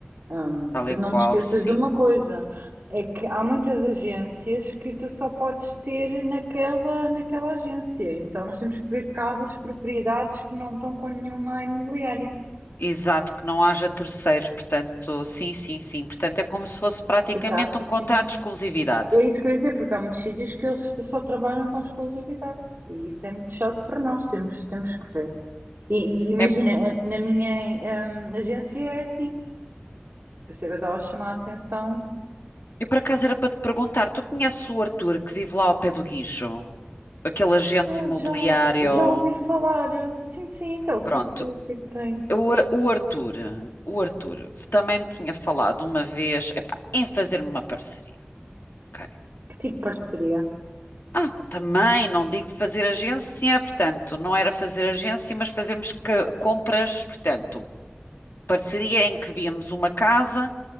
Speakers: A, on the right (about 55°); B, on the left (about 60°).
A: Hum,
B: Tal
A: porque
B: e qual,
A: não te esqueças
B: sim.
A: de uma coisa, é que há muitas agências que tu só podes ter naquela, naquela agência. Então nós temos que ver casas, propriedades que não estão com nenhuma imobiliária.
B: Exato, que não haja terceiros, portanto, sim, sim, sim. Portanto, é como se fosse praticamente
A: Porque há, sim,
B: um contrato de exclusividade.
A: é isso que eu ia dizer, porque há muitos sítios que eles só trabalham com exclusividade. E isso é muito chato para nós, temos, temos que ver. E, e imagina,
B: É,
A: a- na minha, hum, agência é assim. Por isso é que eu estava a chamar a atenção.
B: eu por acaso era para te perguntar, tu conheces o Arthur que vive lá ao pé do Guincho? Aquele agente
A: Ah,
B: imobiliário.
A: já, já ouvi falar. Sim, sim, então, o
B: Pronto.
A: que, é que, o que é que tem?
B: O, o Arthur, o Arthur também me tinha falado uma vez, epá, em fazer-me uma parceria. ok?
A: Que tipo de parceria?
B: Ah, também não digo fazer agência, portanto, não era fazer agência, mas fazermos ca- compras, portanto, parceria em que víamos uma casa